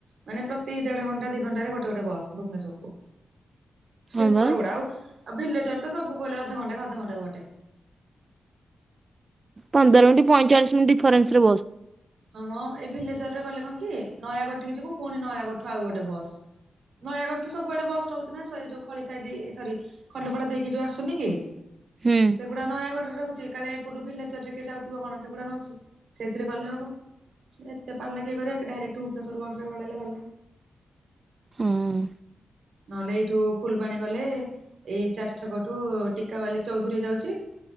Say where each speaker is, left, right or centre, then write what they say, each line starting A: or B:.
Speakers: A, on the right; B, on the right.
A: ମାନେ ପ୍ରତି ଦେଢ ଘଣ୍ଟା ଦି ଘଣ୍ଟାରେ ଗୋଟେ ଗୋଟେ ବସ୍ ଭୁବନେଶ୍ୱର କୁ। ସ୍ଲିପର
B: ହଁ ବା
A: ଗୁଡା ଆଉ ଆଉ ଭିଲେଚର ତ ସବୁବେଳେ ଅଧଘଣ୍ଟା ଅଧଘଣ୍ଟା କୁ ଗୋଟେ।
B: ପନ୍ଦର ମିନିଟ ପଇଚାଳିଶ ମିନିଟ ଡିଫନ୍ସରେ
A: ହଁ ମ ଏଇ ଭିଲେଜର ରେ କଲେ କଣ କି ନୟାଗଡ ହେଇଯିବୁ ପୁଣି ନୟାଗଡ଼ଠୁ ଆଉ ଗୋଟେ ବସ୍। ନୟାଗଡ଼ଠୁ ସବୁବେଳେ ବସ୍ ରହୁଛି ନା ସେ ଯୋଉ ଖଳି ଖାଇ ଦେଇ ସରି ଖଣ୍ଡପଡା ଦେଇକି ଯୋଉ ଆସୁନି କି
B: ହୁଁ।
A: ସେଗୁଡା ନୟାଗଡ ରେ ରହୁଛି କାଳେ ଏଇପଟୁ ଭିଲାଚର ରେ କେଇ ଯାଉଥିବ କଣ ସେଗୁଡା ରହୁଛି ସେଥିରେ ଗଲେ ହବ। ଏତେ ପାଲା କିଏ କରିବ ଏ ଡାଇରେକ୍ଟ ଭୁବନେଶ୍ୱର ବସ୍ ରେ ପଳେଇଲେ ଗଲା।
B: ହ୍ମୁ।
A: ନହେଲେ ଏଇଠୁ ଫୁଲ୍ବାଣି ଗଲେ ଏଇ ଚାରି ଛକ ଠୁ ଟିକାବାଲି ଚୌଧୁରୀ ଯାଉଛି